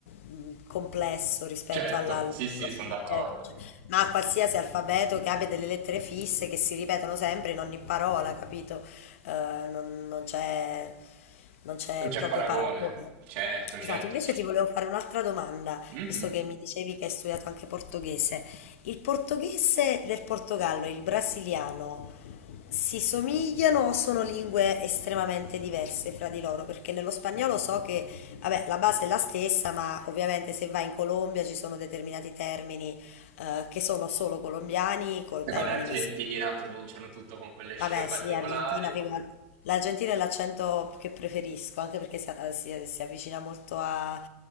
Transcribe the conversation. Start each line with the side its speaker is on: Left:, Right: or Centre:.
Left: mh, complesso rispetto
Right: Certo,
Left: alla- all'alfabeto,
Right: sì, sì, sono d'accordo.
Left: cioè, ma a qualsiasi alfabeto che abbia delle lettere fisse che si ripetono sempre in ogni parola, capito? Eh, non, non c'è non c'è
Right: Non c'è
Left: proprio
Right: paragone.
Left: paragone.
Right: Certo,
Left: Esatto,
Right: certo.
Left: invece ti volevo fare un'altra domanda,
Right: Mhm.
Left: visto che mi dicevi che hai studiato anche portoghese. Il portoghese del Portogallo e il brasiliano si somigliano o sono lingue estremamente diverse fra di loro? Perché nello spagnolo so che, vabbè, la base è la stessa, ma ovviamente se vai in Colombia ci sono determinati termini eh, che sono solo colombiani, con
Right: Se
Left: termini
Right: Vanno in Argentina,
Left: messicani
Right: pronunciano tutto con quelle sce
Left: Vabbè,
Right: particolari.
Left: sì, Argentina, figata. L'Argentina è l'accento che preferisco, anche perché si, eh, si- si avvicina molto a-